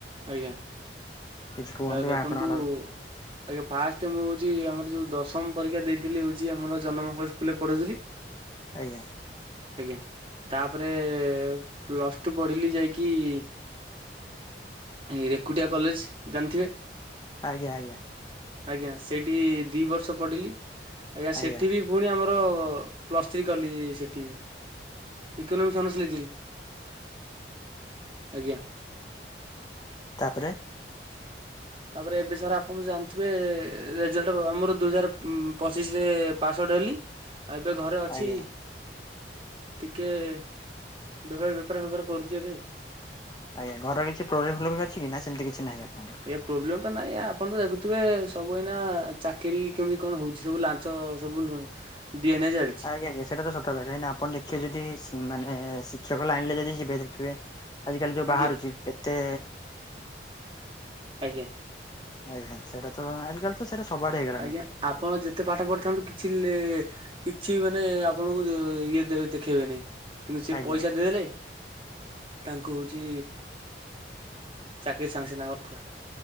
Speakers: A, on the right (about 30°); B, on the left (about 25°).
A: ଆଜ୍ଞା,
B: କିଛି କୁହନ୍ତୁ
A: ସାର୍ ଦେଖନ୍ତୁ
B: ଆପଣଙ୍କର
A: ଆଜ୍ଞା, ଫାଷ୍ଟେ ମୁଁ ହୋଉଛି ଆମର ଯୋଉ ଦଶମ ପରୀକ୍ଷା ଦେଇଥିଲି ହୋଉଛି ଆମର ଜନମଙ୍ଗଳ ସ୍କୁଲ୍ ରେ ପଢ଼ୁଥିଲି।
B: ଆଜ୍ଞା।
A: ଆଜ୍ଞା। ତା'ପରେ ପ୍ଲସ୍ ଟୁ ପଢ଼ିଲି ଯାଇକି-ଇ ଏଇ ରେକୁଟିଆ କଲେଜ୍ ଜାଣିଥିବେ?
B: ଆଜ୍ଞା, ଆୟାଁ।
A: ଆଜ୍ଞା। ସେଇଠି ଦି ବର୍ଷ ପଢ଼ିଲି। ଆଜ୍ଞା,
B: ଆଜ୍ଞା
A: ସେଠି ବି ଫୁଣି ଆମର ପ୍ଲସ୍ ଥ୍ରୀ କଲି-ଇ ସେଠି ବି। ଇକୋନୋମିକ୍ସ ଅନର୍ସ ନେଇଥିଲି। ଆଜ୍ଞା।
B: ତା' ପରେ?
A: ତା'ପରେ ଏବେ ସାର୍ ଆପଣ ଜାଣିଥିବେ-ଏ, ରେଜଲ୍ଟ ଆମର ଦୁଇ ହଜାର ଉମ୍ ପଚିଶିରେ ପାସ୍ ଆଉଟ୍ ହେଲି। ଆଉ, ଏବେ ଘରେ ଅଛି।
B: ଆଜ୍ଞା।
A: ଟିକେ-ଏ ବେପାର ବେପାର ଫେପାର କରୁଛି ଏବେ।
B: ଆଜ୍ଞା। ଘରେ କିଛି ପ୍ରୋବ୍ଲେମ୍ ଫ୍ରୋବ୍ଲେମ୍ ଅଛି କି? ନା ସେମିତି କିଛି ନାହିଁ ଆପଣଙ୍କର?
A: ଏଇଆ ପ୍ରୋବ୍ଲେମ୍ ତ ନାଇଁ, ଆପଣ ତ ଦେଖୁଥିବେ ସବୁ ଏଇନା ଚାକିରୀ କେମିତି କଣ ହଉଛି। ସବୁ ଲାନ୍ ଞ୍ଚ ସବୁ ଲୁ ଦିଆ ନିିଆ ଚାଲ୍
B: ଆଜ୍ଞା, ଆଜ୍ଞା। ସେଟା ତ ସତ କଥା କାହିଁକି ନା ଆପଣ ଦେଖିବେ, ଯଦି ମାନେ ଶିକ୍ଷକ ଲାଇନଲେ ଯଦି ଯିବେ, ଦେଖିବେ। ଆଜି କାଲି ଯୋଉ
A: ଆଜ୍ଞା
B: ବାହାରୁଛି, କେତେ
A: ଆଜ୍ଞା।
B: ଆଜ୍ଞା, ସେଇଟା ତ ଆଜିକାଲି ତ ସେଟା ସବୁ ଆଡ଼େ ହେଇ ଗଲାଣି।
A: ଆଜ୍ଞା ଆପଣ ଯେତେ ପାଠ ପଢ଼ିଥାନ୍ତୁ। କିଛି ଲେ କିଛି ମାନେ ଆପଣଙ୍କୁ ଯୋଉ ଇଏ ଦେ-ଦେଖେଇ ବେନି। କିନ୍ତୁ ସେ
B: ଆଜ୍ଞା
A: ପଇସା ଦେଇଦେଲେ ତାଙ୍କୁ ହୋଉଛି, ଚାକିରୀ ସାଙ୍ଗେ ସାଙ୍ଗେ ତାଙ୍କର ଥୁଆ।